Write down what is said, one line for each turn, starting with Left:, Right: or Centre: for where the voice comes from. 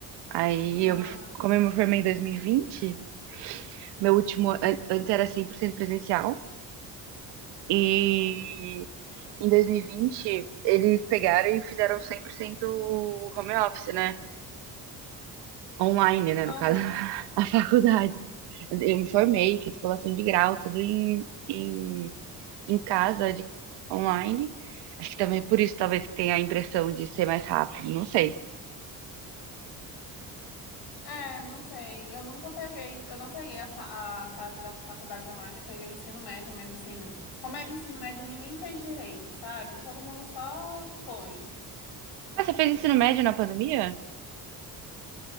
Right: Aí,
Left: Ah,
Right: eu me, como eu me formei em 2020, meu último. an- Antes era 100% presencial, e em 2020 eles pegaram e fizeram 100% home office, né? online, né?
Left: aham.
Right: No caso, <laughs> a faculdade. Eu me formei, fiz colação de grau, tudo em, em, em casa, de, online. Acho que também por isso talvez tenha a impressão de ser mais rápido, não sei.
Left: É, não sei, eu nunca peguei, eu não peguei a, fa- a fase da faculdade online, eu peguei o ensino médio, mas assim, como era ensino médio, ninguém fez direito, sabe? Todo mundo só foi.
Right: Ah, você fez ensino médio na pandemia?